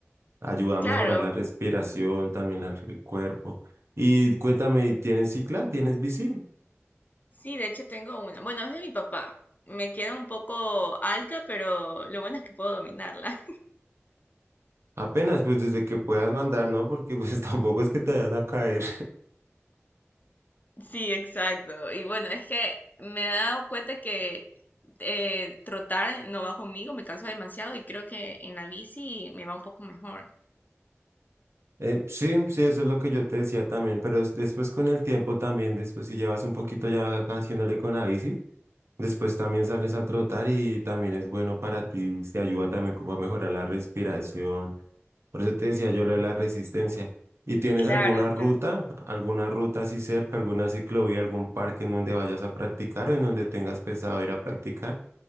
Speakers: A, on the right; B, on the left.
A: Ayuda a
B: Claro,
A: mejorar la respiración, también la- el cuerpo. Y cuéntame, ¿tienes cicla? ¿Tienes bici?
B: sí, de hecho tengo una. Bueno, es de mi papá. Me queda un poco alta, pero lo bueno es que puedo dominarla.
A: Apenas, pues desde que puedas mandar, ¿no? Porque pues <laughs> tampoco es que te vayas a caer.
B: Sí, exacto. Y bueno, es que me he dado cuenta que eh, trotar no va conmigo, me canso demasiado y creo que en la bici me va un poco mejor.
A: Eh, sí, sí, eso es lo que yo te decía también, pero es- después con el tiempo también, después si llevas un poquito ya haciéndole con la bici, después también sales a trotar y también es bueno para ti, te ayuda también como a mejorar la respiración. Por eso te decía yo lo de la resistencia. ¿Y tienes
B: Claro,
A: alguna
B: claro.
A: ruta, alguna ruta así cerca, alguna ciclovía, algún parque en donde vayas a practicar o en donde tengas pensado ir a practicar?